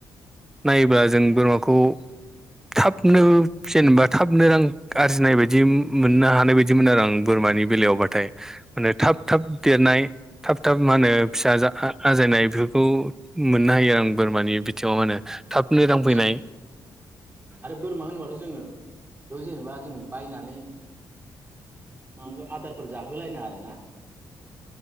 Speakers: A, in the centre; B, on the right.
A: नायोब्ला जों बोरमाखौ थाबनो जेनेबा थाबनो रां आरजिनाय बायदि मोननो हानाय बायदिमोन आरो आं बोरमानि बेलायावबाथाय
B: औ
A: माने थाब थाब देरनाय थाब थाब मा होनो फिसा आजायनाय बेफोरखौ मोननो हायो आं बोरमानि बिथिङाव मा होनो थाबनो
B: आरो
A: रांफैनाय
B: आरो बोरमा होनोबाथ' जोङो बेयाव जेनेबा जोङो बायनानै मा आदारफोर जाहोलायना आरोना